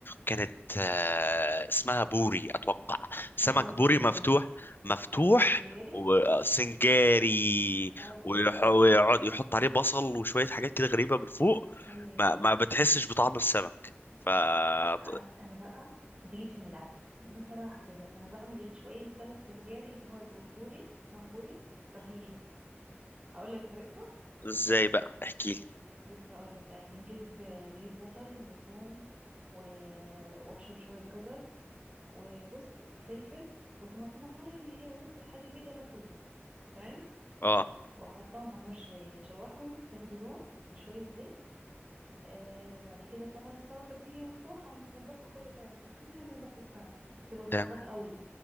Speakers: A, on the left; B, on the right.
A: كانت آه، اسمها بوري اتوقع سمك
B: اه البوري
A: بوري مفتوح
B: جميل
A: مفتوح
B: سنجاري
A: وسنجاري
B: الله
A: ويح- ويقعد يحط عليه بصل وشوية حاجات كده غريبة من فوق
B: ايوه
A: ما
B: ايوه
A: ما بتحسش بطعم السمك ف اه
B: ع- انا بقى انت جيت في ملعبي بصراحه كده انا بعمل شويه سمك سنجاري اللي هو البوري نوع بوري رهيب اقول لك طريقته
A: ازاي بقى احكي لي
B: بص هقول لك يعني بنجيب بجيب بصل وثوم و... وابشر شويه جزر وبص وفلفل وطماطمايه اللي هي بص حاجه كده لا توصف تمام
A: اه
B: واحطهم على النار شويه يتشوحوا ياخدوا لون بشويه زيت آه وبعد كده طبعا السمكه بتيجي مفتوحه ومتنضفه كله تمام بس اهم حاجه نضافه السمك تبقى متنضفه
A: تمام
B: قوي